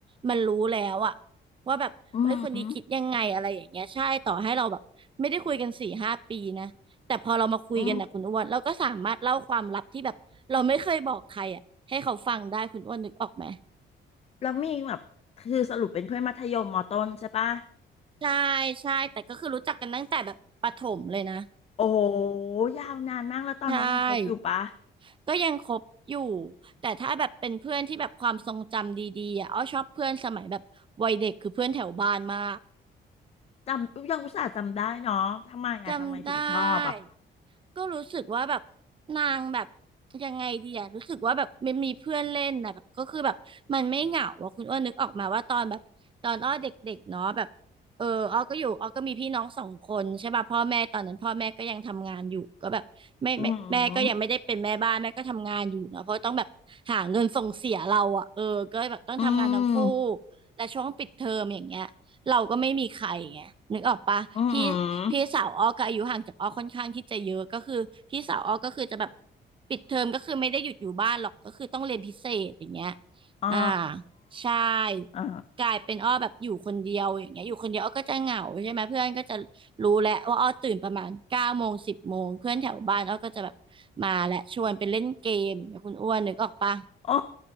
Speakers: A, on the right; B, on the left.
A: มันรู้แล้วอะว่าแบบเอ้ยคนนี้คิดยังไงอะไรอย่างเงี้ยใช่ต่อให้เราแบบไม่ได้คุยกันสี่ห้าปีนะ
B: อืม
A: แต่พอเรามาคุยกันนะคุณอ้วนเราก็สามารถเล่าความลับที่แบบเราไม่เคยบอกใครอ่ะให้เขาฟังได้คุณอ้วนนึกออกไหม
B: อืมแล้วมีแบบคือสรุปเป็นเพื่อนมัธยมมอต้นใช่ปะ
A: ใช่ใช่แต่ก็คือรู้จักกันตั้งแต่แบบประถมเลยนะ
B: โอ้โหยาวนานมากแล้วตอนนี้ยังคบอยู่ปะ
A: ใช่ก็ยังคบอยู่แต่ถ้าแบบเป็นเพื่อนที่แบบความทรงจำดีๆอ่ะอ้อชอบเพื่อนสมัยแบบวัยเด็กคือเพื่อนแถวบ้านมาก
B: จำยังอุตส่าห์จำได้เนาะทำไมอ่ะทำไมถึงชอบอ่ะ
A: จำได้ก็รู้สึกว่าแบบนางแบบยังไงดีอะรู้สึกว่าแบบมันมีเพื่อนเล่นนะแบบก็คือแบบมันไม่เหงาอะคุณอ้วนนึกออกมาว่าตอนแบบตอนอ้อเด็กๆเนาะแบบเอออ้อก็อยู่อ้อก็มีพี่น้องสองคนใช่ป่ะพ่อแม่ตอนนั้นพ่อแม่ก็ยังทำงานอยู่ก็แบบไม่ไม่แม่ก็ยังไม่ได้เป็นแม่บ้านแม่ก็ทำงานอยู่เนาะเพราะต้องแบบหาเงินส่งเสียเราอะเออก็แบบต้องทำงานทั้งคู่
B: อืมอืม
A: และช่วงปิดเทอมอย่างเงี้ย เราก็ไม่มีใครไงนึกออกปะพี่
B: อืมอม
A: พี่สาวอ้อก็อายุห่างจากอ้อค่อนข้างที่จะเยอะก็คือพี่สาวอ้อก็คือจะแบบปิดเทอมก็คือไม่ได้หยุดอยู่บ้านหรอกก็คือต้องเรียนพิเศษอย่างเงี้ย
B: อ๋อ
A: อ่าใช่
B: เอ่า
A: กลายเป็นอ้อแบบอยู่คนเดียวอย่างเงี้ยอยู่คนเดียวอ้อก็จะเหงาใช่ไหมเพื่อนก็จะรู้แหละว่าอ้อตื่นประมาณเก้าโมงสิบโมงเพื่อนแถวบ้านอ้อก็จะแบบมาและชวนไปเล่นเกมอย่างเงี้ยคุณอ้วนนึกออกปะ
B: อ๋อ